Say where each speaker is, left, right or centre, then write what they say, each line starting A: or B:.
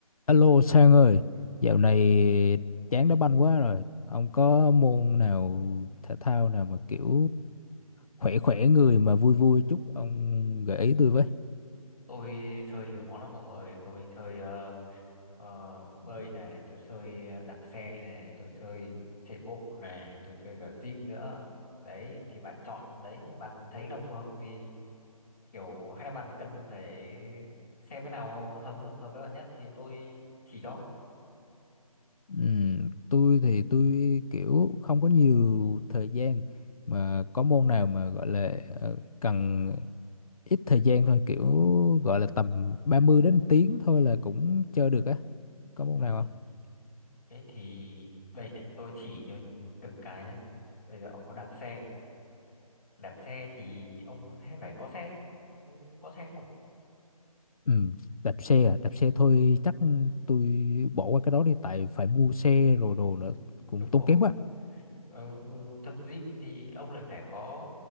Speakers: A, on the left (about 70°); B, on the left (about 30°).
A: Alo Sang ơi, dạo này chán đá banh quá rồi. Ông có môn nào thể thao nào mà kiểu khỏe khỏe người mà vui vui chút ông gợi ý tôi với.
B: tôi chơi nhiều món lắm mọi người tôi chơi ờ, ờ, bơi này tôi chơi ờ, đạp xe này tôi chơi chạy bộ này tôi chơi cả gym nữa đấy thì bạn chọn đấy bạn thấy nào phù hợp thì kiểu hay là bạn cần phải xem cái nào hợp hợp hợp với bạn nhất thì tôi chỉ cho
A: Ừm, tôi thì tôi kiểu không có nhiều thời gian mà có môn nào mà gọi là ờ, cần ít thời gian thôi kiểu gọi là tầm 30 đến tiếng thôi là cũng chơi được á. Có môn
B: ừ,
A: nào không?
B: thế thì đây này tôi chỉ cho từng cái nhá bây giờ ông có đạp xe đạp xe thì ông sẽ phải có xe ông có xe không
A: Ừ, đạp xe à, đạp xe thôi chắc tôi bỏ qua cái đó đi tại phải mua xe rồi đồ
B: đúng
A: nữa cũng
B: đúng
A: tốn
B: rồi
A: kém quá.
B: Ờ, ừ, tập gym thì ông lại phải có